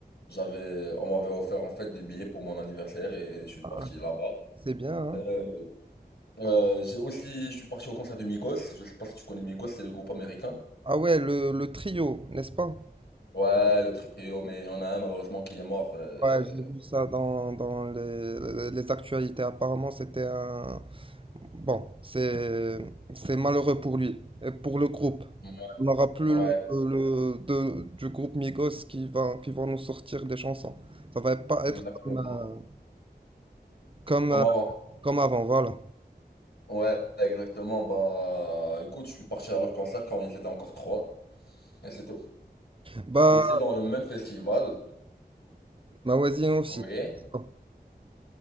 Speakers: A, on the left (about 75°); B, on the right (about 30°).
A: J'avais, on m'avait offert en fait des billets pour mon anniversaire et je suis parti
B: Ah,
A: là-bas.
B: C'est bien, hein.
A: Euh, euh, j'ai aussi, je suis parti au concert de Migos. Je sais pas si tu connais Migos, c'est le groupe américain.
B: Ah ouais, le, le trio, n'est-ce pas?
A: Ouais, le trio, mais il y en a un malheureusement qui est mort. euh,
B: Ouais, j'ai vu ça dans, dans les, les actualités. Apparemment, c'était un... Bon, c'est, c'est malheureux pour lui et pour le groupe.
A: Ouais,
B: On n'aura plus
A: ouais,
B: le, le- de- du groupe Migos qui va, qui vont nous sortir des chansons. Ça va pas
A: exactement.
B: être comme, euh, comme,
A: Comme
B: euh,
A: avant.
B: comme avant, voilà.
A: Ouais, exactement. Bah, écoute, je suis parti à leur concert quand ils étaient encore trois. Et c'était
B: Bah,
A: aussi dans le même festival.
B: ma voisine aussi.
A: Oui.
B: Bon,